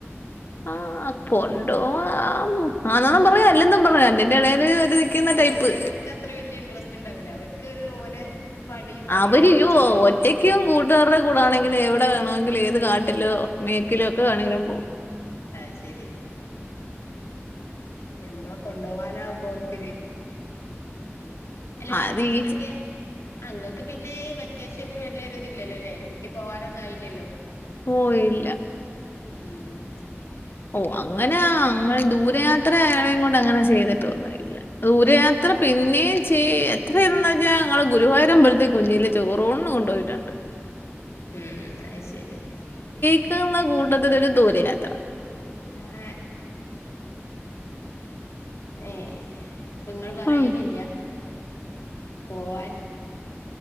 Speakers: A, on the left; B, on the left.
A: ആ കൊണ്ടുപോകാൻ ആന്നെന്നു പറയും അ അല്ലെന്നും പറയാ. ഇതിന്റെ ഇടേല് ഒരു നിക്കുന്ന
B: അല്ല
A: ടൈപ്പ്.
B: ചെലോൽക്ക് അത്ര വല്യ ഇൻട്രസ്റ്റ് ഇണ്ടാവില അവൽക്ക് ഒരു ഓലെ പണി പണി
A: അവര്
B: എന്നുള്ള ഒരു
A: യോ
B: ചിന്ത
A: ഒറ്റക്കും
B: മാത്രം
A: കൂട്ടുകാരുടെ കൂടെ ആണെങ്കിലും എവിടെ വേണോ ങ്കില്ഏത് കാട്ടിലോ മേക്കിലേക്കൊ ആണെങ്കിലും പോകും
B: ആ ശരി ഞമ്മളെ കൊണ്ടുപോവാനാവുമ്പോൾക്കിന് അല്ല വെക്കേഷനൊക്കെ
A: അത് ഈ
B: അങ്ങക്ക് പിന്നെ വെക്കേഷൻ വല്യൊരു ഇതില്ലല്ലല്ലെ കുട്ടി പോവാനൊന്നും ആയില്ലല്ലോ
A: ഓ ഇല്ല
B: ഉം
A: ഓ അങ്ങനെ അങ്ങ ദൂരയാത്ര ആളേം കൊണ്ട് അങ്ങനെ ചെയ്തിട്ട് ഒന്നും ഇല്ല ദൂരയാത്ര പിന്നേം ചെയ് എത്രന്ന് വെച്ചാ ഞങ്ങള് ഗുരുവായൂര അമ്പലത്തേ കുഞ്ചിയിലെ ചോറൂണിന് കൊണ്ട് പോയിട്ടൊണ്ട്
B: ഉം ഐ ശരി
A: ക്ക്ന്ന് കൂട്ടത്തില് ഒരു ദൂര യാത്ര
B: ആഹ ഏ അപ്പൊ ഇങ്ങള് പറയലില്ല
A: ഉം.
B: പോവാൻ